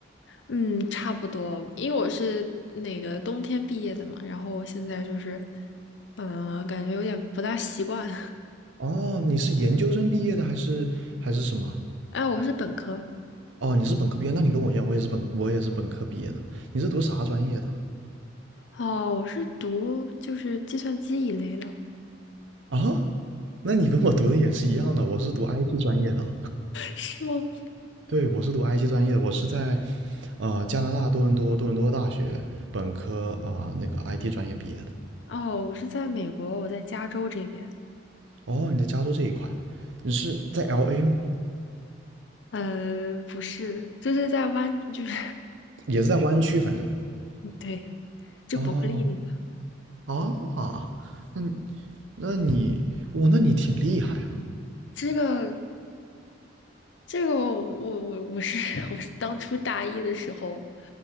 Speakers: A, on the left; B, on the right.
A: 嗯，差不多，因为我是那个冬天毕业的嘛，然后我现在就是，嗯、感觉有点不大习惯。
B: 哦，你是研究生毕业的还是还是什么？
A: <laughs> 哎，我是本科，
B: 哦，你是本科毕业，那你跟我一样，我也是本我也是本科毕业的。你是读啥专业的
A: 哦，我是读就是计算机一类的，
B: 啊？那你跟我读的也是一样的，我是读 IT 专业的。
A: <laughs> 是吗？
B: 对，我是读 IT 专业的，我是在呃，加拿大多伦多多伦多大学本科啊、呃那个 IT 专业毕业的。
A: 哦，我是在美国，我在加州这边，
B: 哦，你在加州这一块，你是在 LA 吗？
A: 呃，不是，就是在湾，就是，
B: 也是在湾区，反正。
A: <laughs> 对，就伯克利那个。
B: 哦，啊，那那你，哇，那你挺厉害啊。
A: 这个这个我我我我是 <laughs> 我是当初大一的时候，